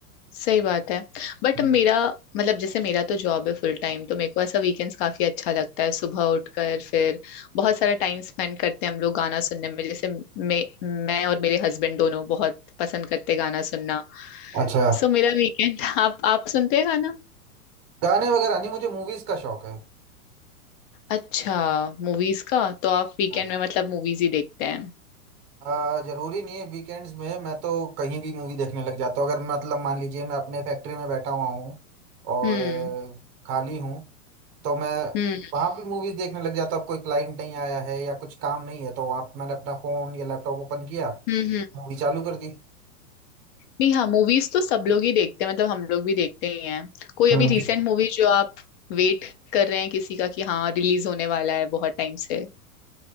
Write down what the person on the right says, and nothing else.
हम्म।
अच्छा
गाने वगैरह नहीं मुझे मूवीज का शौक है
हाँ।
आ, जरूरी नहीं है वीकेंड्स में मैं तो कहीं भी मूवी देखने लग जाता हूँ अगर मतलब मान लीजिए मैं अपने फैक्ट्री में बैठा हुआ हूँ और
अ, खाली हूँ तो मैं
वहाँ भी मूवीज देखने लग जाता हूँ अब कोई क्लाइंट नहीं आया है या कुछ काम नहीं है तो वहाँ पे मैंने अपना फोन या लैपटॉप ओपन किया
मूवी चालू कर दी
हम्म